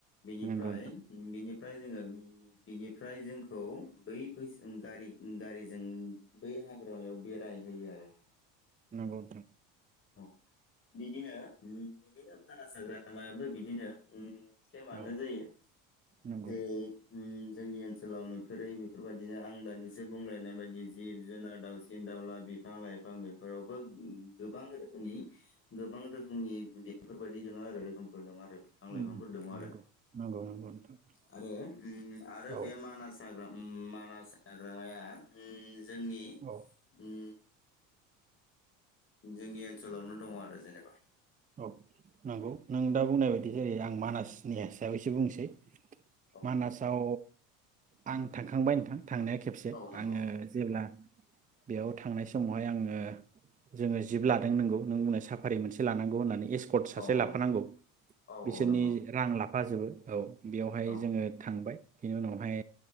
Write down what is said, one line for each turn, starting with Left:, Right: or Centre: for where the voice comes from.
Left: बिनिफ्राय
Right: नंगौ
Left: बिनिफ्राय जोङो बिनिफ्राय जोंखौ बै फैयस उम गारि उम गारिजों बै हाग्रायाव बेराय जायो आरो नोंथां
Right: नंगौ नोंथां
Left: औ बिदिनो बिदिनो मानास हाग्रामायाबो बिदिनो सेमानो
Right: औ
Left: जायो
Right: नंगौ
Left: जेरै जोंनि ओनसोलाव नुफेरै बेफोरबायदिनो आं दानिसो बुंलायनाय बायदि जिब जुनार दाावसिन दाउला बिफां लाइफां बेफोरावबो गोबां नि गोबां रोखोमनि बेफोरबायादि दङ' आरो रोखोमफोर दं आरो बिफां लाइफांफोर
Right: नंगौ
Left: दङ आरो
Right: नंगौ नंगौ नोंथां
Left: आरो आरो
Right: औ
Left: बे मानास हाग्रा उम मानास हाग्रामाया ओम जोंनि
Right: औ
Left: उम जोंनि ओनसोलावनो दङ आरो जेनेबा
Right: औ नंगौ नों दा बुंनाय बायदि जेरै आं मानासनि हिसाबैसो बुंसै
Left: औ
Right: मानासाव आं थांखांबाय नोंथां थांनाया खेबसे
Left: औ नंगौ
Right: आङो जेब्ला
Left: औ
Right: बेयाव थांनाय समावहाय आङो जोङो जिब लादों नोंगौ नों बुंनाय साफारि मोनसे लानां गौ होननानै एस कट सासे
Left: औ औ
Right: लाफानांगौ
Left: नंगौ औ
Right: बिसोरनि
Left: औ नंगौ
Right: रां लाफाजोबो औ बेयावहाय
Left: औ
Right: जोङो थांबाय बेनि उनावहाय